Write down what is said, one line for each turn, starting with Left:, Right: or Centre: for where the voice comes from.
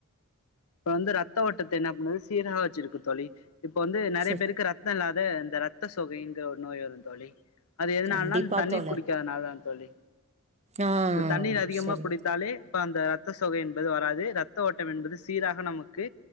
Left: இப்ப வந்து ரத்த ஓட்டத்தை என்ன பண்ணுது சீராக வச்சிருக்கு தோழி இப்ப வந்து நெறைய
Right: சரி.
Left: பேதுக்கு ரத்த இரத்தோ இல்லாத இந்த ரத்த சோகைங்கிற ஒரு நோய் வரு தோழி அது எதுனாலன்னா
Right: கண்டிப்பா
Left: இந்த தண்ணீர்
Right: தோழர்.
Left: குடிக்காதனால தா தோழி
Right: ஆ
Left: இந்த தண்ணீர் அதிகமாக
Right: சரி.
Left: குடிக்தாலே இப்ப அந்த ரத்த சோகை என்பது வராது ரத்த ஓட்டம் என்பது சீராக நமக்கு